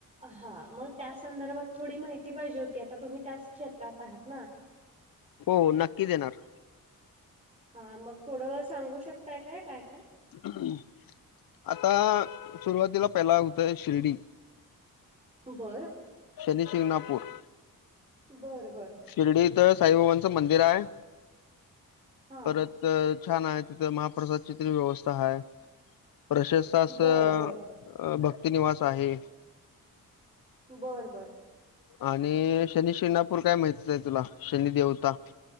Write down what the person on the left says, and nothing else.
हो नक्कीच येणार
ह् आता सुरुवातीला पहिला होतय शिर्डी
शनी शिंगणापूर
शिर्डी इथं साईबाबांचं मंदिर आहे
परत छान आहे तिथं महाप्रसादची तरी व्यवस्था आहे प्रशस् असं
अ भक्ति नििवास आहे
आणि शनी शिंगणापूर काय माहतीच आहे तुला शनी देेवता